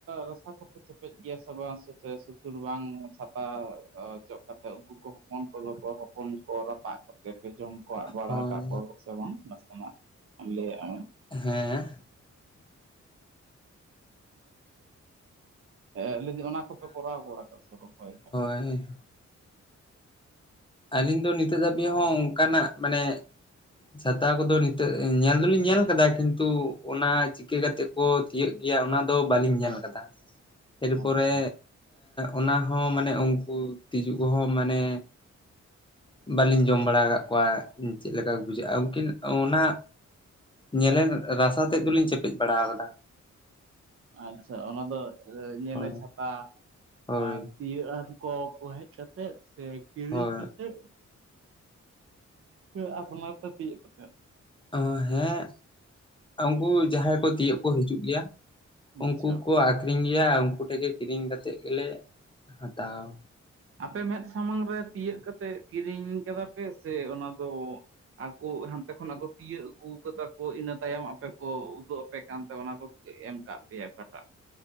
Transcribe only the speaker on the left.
ᱦᱳᱭ
ᱦᱮᱸ᱾
ᱦᱮᱸ᱾ ᱟᱹᱞᱤᱧ ᱫᱚ ᱱᱤᱛᱚᱜ ᱫᱷᱟᱹᱵᱤᱡ ᱦᱚᱸ ᱚᱱᱠᱟᱱᱟᱜ ᱢᱟᱱᱮ ᱪᱷᱟᱛᱟ ᱠᱚᱫᱚ ᱱᱤᱛᱟᱹᱜ ᱧᱮᱞ ᱫᱩᱞᱤᱧ ᱧᱮᱞ ᱠᱟᱫᱟ ᱠᱤᱱᱛᱩ ᱚᱱᱟ ᱪᱤᱠᱟᱹ ᱠᱟᱛᱮᱜ ᱠᱚ ᱛᱤᱭᱟᱹᱜ ᱜᱮᱭᱟ ᱚᱱᱟ ᱫᱚ ᱵᱟᱹᱞᱤᱧ ᱧᱮᱞ ᱠᱟᱫᱟ᱾ ᱮᱨᱯᱚᱨᱮ
ᱚᱱᱟ ᱦᱚᱸ ᱢᱟᱱᱮ ᱩᱱᱠᱩ ᱛᱤᱡᱩ ᱠᱚᱦᱚᱸ ᱢᱟᱱᱮ ᱵᱟᱞᱤᱧ ᱡᱚᱢ ᱵᱟᱲᱟ ᱟᱠᱟᱜ ᱠᱚᱣᱟ ᱪᱮᱫᱞᱮᱠᱟ ᱠᱚ ᱵᱩᱡᱷᱟᱹᱜᱼᱟ, ᱩᱱᱠᱤᱱ ᱚᱱᱟ ᱧᱮᱞᱮ ᱨᱟᱥᱟ ᱛᱮᱫ ᱫᱩᱞᱤᱧ ᱪᱮᱯᱮᱫ ᱵᱟᱲᱟ ᱠᱟᱫᱟ᱾
ᱦᱳᱭ
ᱦᱳᱭ
ᱦᱳᱭ
ᱚ ᱦᱮᱸ ᱩᱱᱠᱩ ᱡᱟᱦᱟᱸᱭ ᱠᱚ ᱛᱤᱭᱳᱜ ᱠᱚ ᱦᱤᱡᱩᱜ ᱜᱤᱭᱟ᱾
ᱩᱱᱠᱩ ᱠᱚ ᱟᱠᱷᱨᱤᱧ ᱜᱤᱭᱟ ᱩᱱᱠᱩ ᱴᱷᱮᱱ ᱜᱮ ᱠᱤᱨᱤᱧ ᱠᱟᱛᱮᱫ ᱜᱮᱞᱮ ᱦᱟᱛᱟᱣᱟ᱾